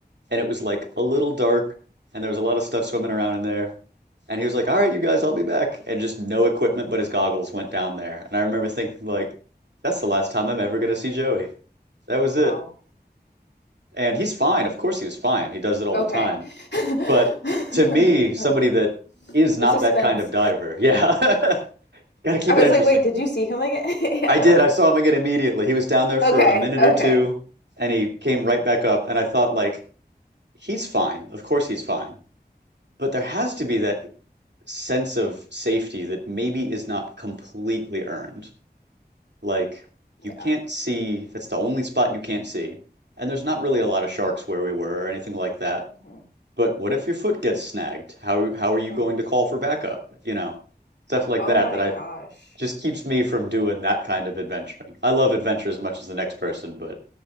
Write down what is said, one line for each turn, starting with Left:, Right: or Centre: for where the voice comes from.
Right: And it was like a little dark and there was a lot of stuff swimming around in there. And he was like, all right, you guys, I'll be back. And just no equipment but his goggles went down there. And I remember thinking, like, that's the last time I'm ever going to see Joey. That was
Left: Wow.
Right: it. And he's fine. Of course he was fine. He does it all
Left: Okay.
Right: the time.
Left: <laughs>
Right: But to me, somebody
Left: Okay.
Right: that is
Left: The
Right: not
Left: suspense.
Right: that kind of diver, yeah, <laughs> got to keep
Left: I was
Right: it interesting.
Left: like, "Wait, did you see him again?" <laughs> Yeah.
Right: I did.
Left: I was-
Right: I saw him again immediately. He was down there for
Left: Okay.
Right: a minute
Left: Okay.
Right: or two and he came right back up. And I thought, like, he's fine. Of course he's fine. But there has to be that sense of safety that maybe is not completely earned. Like,
Left: Yeah.
Right: you can't see, that's the only spot you can't see. And there's not really a lot of sharks where we were or anything like that.
Left: mhm,
Right: But what if your foot gets snagged? How how are you
Left: mm.
Right: going to call for backup? You know, stuff like
Left: Oh
Right: that
Left: my
Right: that I
Left: gosh.
Right: just keeps me from doing that kind of adventuring. I love adventure as much as the next person, but